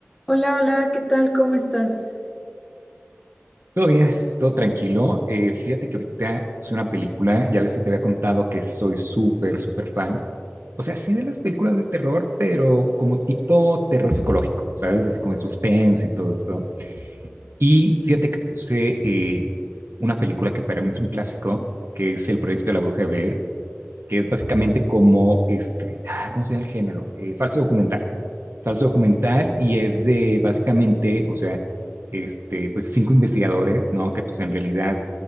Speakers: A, in the centre; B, on the right.
A: Hola, hola, ¿qué tal? ¿Cómo estás?
B: Todo bien, todo tranquilo. Eh, fíjate que ahorita puse una película, ya ves que te había contado que soy súper, súper fan. O sea, sí de las películas de terror, pero como tipo terror psicológico, ¿sabes? Así como de suspense y todo esto. Y fíjate que puse eh, una película que para mí es un clásico, que es El Proyecto de la Bruja de Blair que es básicamente como, este, ah, ¿cómo se llama el género? Eh, falso documental. Falso documental y es de básicamente, o sea, este, pues cinco investigadores, ¿no? Que pues en realidad,